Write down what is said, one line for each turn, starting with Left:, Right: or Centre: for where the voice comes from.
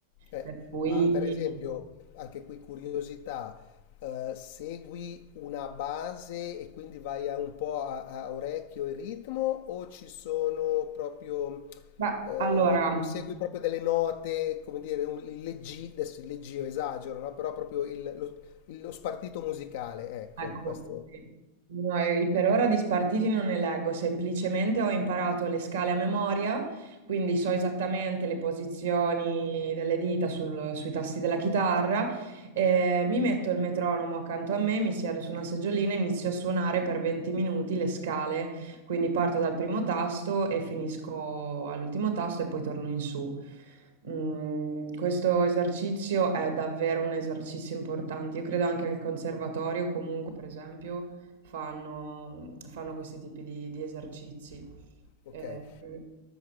Left: Eh,
Right: Per cui,
Left: ma per esempio, anche qui curiosità, eh, segui una base e quindi vai a un po' a, a orecchio e ritmo o ci sono proprio,
Right: Beh,
Left: eh,
Right: allora.
Left: o segui proprio delle note, come dire, un, il leggì, adesso il leggio esagero, no? Però proprio il- lo, il- lo spartito musicale, ecco,
Right: Ecco,
Left: questo,
Right: sì. No, e per ora di spartiti non ne leggo, semplicemente ho imparato le scale a memoria, quindi so esattamente le posizioni delle dita sul- sui tasti della chitarra, e mi metto il metronomo accanto a me, mi siedo su una seggiolina e inizio a suonare per 20 minuti le scale, quindi parto dal primo tasto e finisco all'ultimo tasto e poi torno in su. Mm, questo esercizio è davvero un esercizio importante. Io credo anche al conservatorio, comunque, per esempio, fanno, fanno questi tipi di, di esercizi.
Left: ok.
Right: Eh, quindi-